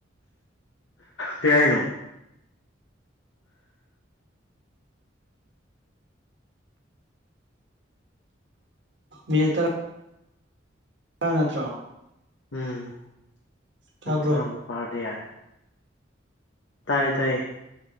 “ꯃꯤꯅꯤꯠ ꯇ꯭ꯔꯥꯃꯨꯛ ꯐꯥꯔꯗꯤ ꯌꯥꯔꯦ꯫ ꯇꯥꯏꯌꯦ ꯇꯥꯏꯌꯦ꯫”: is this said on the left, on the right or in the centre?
Left